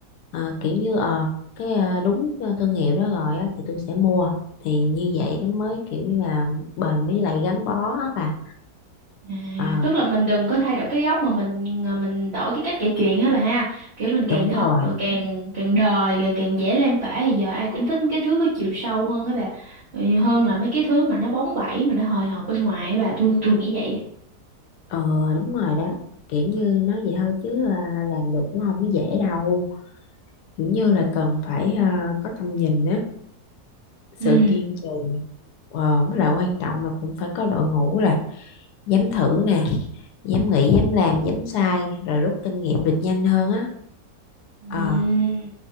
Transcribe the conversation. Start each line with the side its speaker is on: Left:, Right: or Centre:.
Left: Ờ, kiểu như ờ cái ờ, đúng ờ, thương hiệu đó rồi á, thì tôi sẽ mua thì như vậy nó mới kiểu như là bền với lại gắn bó á bà
Right: À,
Left: ờ
Right: tức là mình đừng có thay đổi cái góc mà mình à, mình đổi cái cách kể chuyện hả bà ha kiểu mình càng
Left: đúng
Right: thật
Left: rồi
Right: rồi càng càng đời rồi càng dễ lan tỏa thì giờ ai cũng thích mấy cái thứ có chiều sâu hơn á bà Ừ, hơn là mấy cái thứ mà nó bóng bẩy mà nó hời hợt bên ngoài á bà tôi tôi nghĩ vậy á.
Left: ờ đúng rồi đó kiểu như nói vậy thôi chứ ờ, làm được cũng không dễ đâu kiểu như là cần phải ờ, có tầm nhìn á sự
Right: ừ
Left: kiên trì ờ với lại quan trọng là cũng phải có đội ngũ là dám thử nè dám nghĩ dám làm dám sai rồi rút kinh nghiệm được nhanh hơn á
Right: Ừm,
Left: ờ